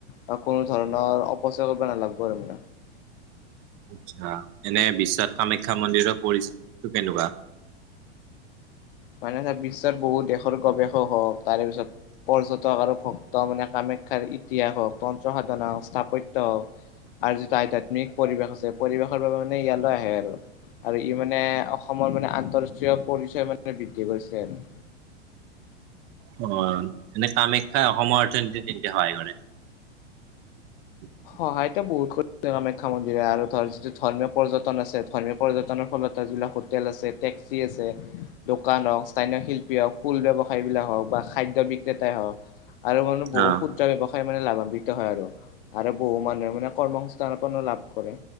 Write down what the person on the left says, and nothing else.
বা কোনো ধৰণৰ পচৰ কৰিব নালাগিব আৰু মানে।
মানে বিশ্বৰ বহুত দেশৰ গৱেষক হওক, তাৰেপিছত পৰ্যটক আৰু ভক্ত মানে কামা শিক্ষাৰ ইতিহাস হওক, তন্ত্ৰ সাধনা হওক, স্থাপত্য হওক আৰু যিটো আধ্যয়াত্মিক পৰিৱেশ আছে, পৰিৱেশৰ বাবে মানে ইয়ালৈ আহে আৰু। আৰু ই মানে অসমৰ মানে আন্তৰাষ্ট্ৰীয় পৰিচয় মানে বৃদ্ধি কৰিছে আৰু।
সহায়তো বহুত <unintelligible> শিক্ষা মন্দিৰে আৰু ধৰ যিটো ধৰ্মীয় পৰ্যটন আছে। ধৰ্মীয় পৰ্যটনৰ ফলত যিবিলাক হোটেল আছে টেক্সি আছে দোকান হওঁক স্থানীয় শিল্পী হওঁক ফুল ব্যৱসায়বিলাক হওঁক বা খাদ্য বিক্ৰেতাই হওঁক আৰু মানে বহু
ক্ষুদ্ৰ ব্যৱসায় মানে লাভান্বিত হয় আৰু। আৰু বহু মানুহে মানে কৰ্ম সংস্থাপনো লাভ কৰে।